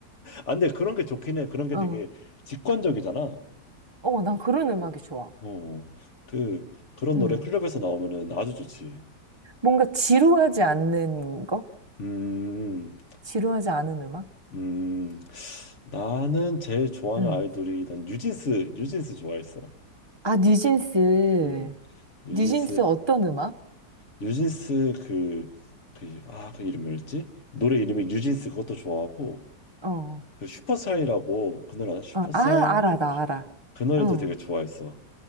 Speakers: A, on the left; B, on the right.
A: 아 근데 그런 게 좋긴 해. 그런
B: <laughs>
A: 게 되게
B: 응.
A: 직관적이잖아.
B: 어, 난 그런 음악이 좋아.
A: 어. 그 그런
B: 응.
A: 노래 클럽에서 나오면은 아주 좋지.
B: 뭔가 지루하지 않는 거?
A: 음.
B: 지루하지 않은 음악?
A: 음. 나는 제일 좋아하는
B: 응.
A: 아이돌이 난 뉴진스 뉴진스 좋아했어.
B: 아, 뉴진스.
A: 음. 뉴진스
B: 뉴진스 어떤 음악?
A: 뉴진스 그 그 아 그 이름 뭐였지? 노래 이름이 뉴진스 그것도 좋아하고
B: 어. 어.
A: 그 슈퍼사이라고 그 노래 알아? 슈퍼사이
B: 아, 알아,
A: 슈퍼
B: 나 알아.
A: 그 노래도
B: 어.
A: 되게 좋아했어.